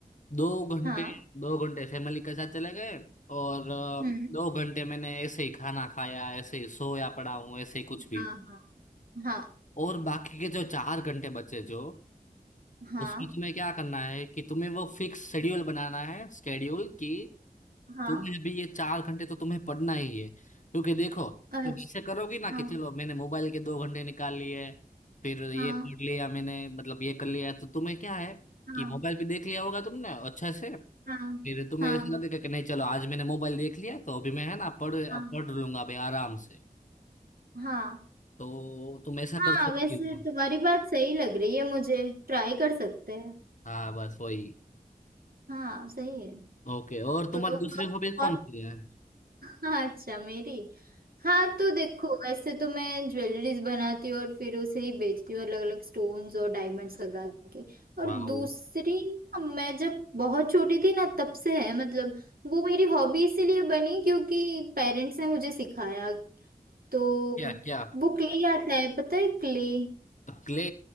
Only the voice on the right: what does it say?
हाँ
हम्म
हाँ हाँ हाँ
हाँ
हाँ
अच्छा
हाँ
हाँ
हाँ
हाँ
हाँ
हाँ
हाँ
हाँ
वैसे
तुम्हारी बात सही लग रही है मुझे ट्राई कर सकते हैं
हाँ सही है
तो
और
हाँ अच्छा मेरी हाँ तो देखो वैसे तो मैं ज्वेलरीज बनाती हूँ और फिर उसे ही बेचती हूँ अलग अलग स्टोन्स और डायमंड्स लगा के और
दूसरी मैं जब बहुत छोटी थी ना तब से है मतलब वो मेरी हॉबी इसीलिए बनी क्योंकि पेरेंट्स ने मुझे सिखाया तो
वो क्ले आता है पता है क्ले